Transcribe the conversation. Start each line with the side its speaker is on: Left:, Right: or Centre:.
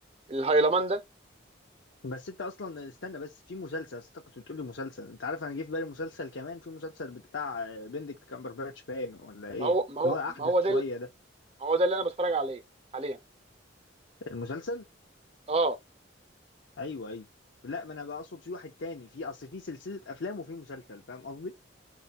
Right: الهيلمان ده
Left: بس انت اصلا استنى بس في مسلسل أصل انت كنت بتقول لي مسلسل انت عارف انا جه في بالي مسلسل كمان في مسلسل بتاع آه، بندكت كامبرباتش باين ولا ايه
Right: ما هو ما هو
Left: اللي هو
Right: ما
Left: احدث
Right: هو
Left: شويه
Right: ده ال-
Left: ده
Right: ما هو ده اللي انا بتفرج عليه حاليا
Left: المسلسل
Right: اه
Left: ايوه ايوه لا ما انا بقصد في واحد تاني في اصل في سلسله افلام وفي مسلسل فاهم قصدي